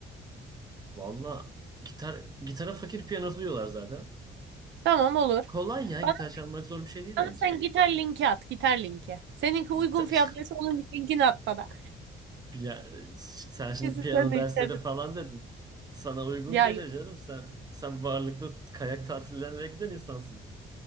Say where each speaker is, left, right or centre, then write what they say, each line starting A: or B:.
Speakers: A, on the right (about 20°); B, on the right (about 65°).
A: Valla gitar gitara fakir piyanosu diyorlar zaten.
B: Tamam olur.
A: Kolay ya gitar
B: Bana,
A: çalmak zor bir şey değil bence.
B: bana sen gitar linki at gitar linki. Seninki uygun
A: Gitar,
B: fiyatlıysa
A: <laughs>
B: onun linkini at bana.
A: ya, ş- sen şimdi
B: Kesin
A: piyano
B: sen de
A: dersleri
B: istedin.
A: falan dedin. Sana uygun
B: Ya
A: gelir
B: yok.
A: canım. Sen sen varlıklı kayak tatillerine giden insansın.